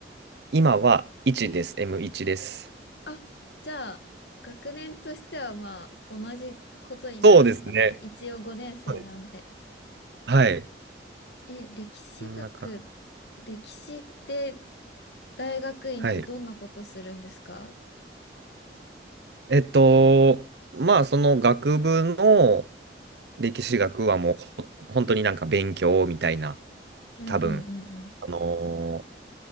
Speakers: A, on the right; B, on the left.
A: 今は1です。M1 です。
B: あ、じゃあ、学年としてはまあ、同じことになるのかな。
A: そうですね。
B: 一応5年生なんで。
A: そうですはい。
B: え、歴史学、
A: こんなか。
B: 歴史って大学院ってどんなことするんですか
A: はい。えっと、まあ、その学部の歴史学はもうほ本当になんか勉強みたいな、
B: うんうんうんうん
A: 多分、あのー